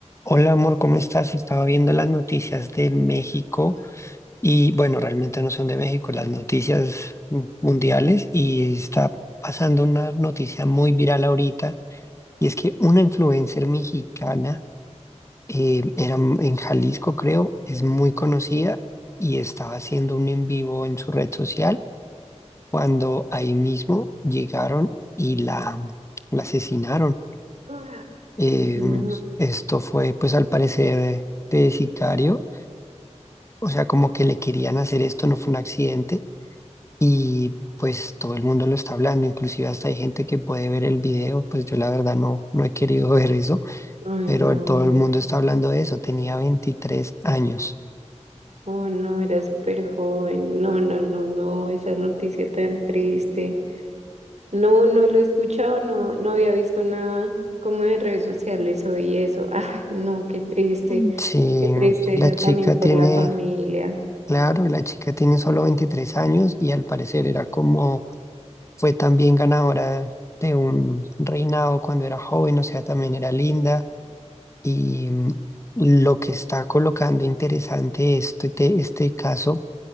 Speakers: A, on the left (about 25°); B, on the right (about 70°).
A: Hola amor, ¿cómo estás? Estaba viendo las noticias de México y bueno, realmente no son de México, las noticias mu- mundiales y está pasando una noticia muy viral ahorita y es que una influencer mexicana eh, era m- en Jalisco creo, es muy conocida y estaba haciendo un en vivo en su red social cuando ahí mismo llegaron y la, mm, la asesinaron.
B: Ah,
A: Em,
B: No,
A: esto fue pues al parecer de sicario O sea, como que le querían hacer esto, no fue un accidente y pues todo el mundo lo está hablando, inclusive hasta hay gente que puede ver el video, pues yo la verdad no, no he querido <laughs> ver eso,
B: ay,
A: pero
B: no,
A: todo el mundo está hablando de eso, tenía 23 años.
B: oh, no, era súper joven. No, no, no, no, esa noticia tan triste. No, no lo he escuchado, no, no había visto nada como de redes sociales hoy eso. Ay, no, qué triste,
A: Mm. Sí,
B: qué tristeza
A: la chica
B: también por
A: tiene,
B: la familia.
A: claro, la chica tiene solo 23 años y al parecer era como, fue también ganadora de un reinado cuando era joven, o sea, también era linda, Y mm, lo que está colocando interesante este, te- este caso